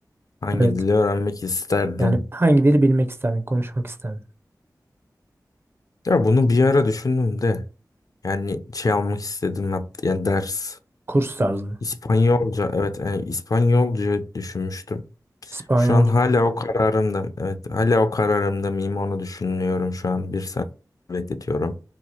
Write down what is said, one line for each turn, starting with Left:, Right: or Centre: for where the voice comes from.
Left: Hangi
Right: Evet.
Left: dili öğrenmek isterdim?
Right: Yani hangi dili bilmek isterdin, konuşmak isterdin?
Left: Ya bunu bir ara düşündüm de. Yani şey almak istedim hatta yani ders.
Right: Kurs tarzı mı?
Left: İspanyolca evet yani İspanyolca düşünmüştüm.
Right: İspanyolca.
Left: Şu an hala o kararımda. Evet hala o kararımda mıyım onu düşünüyorum şu an. Bir saniye bekletiyorum.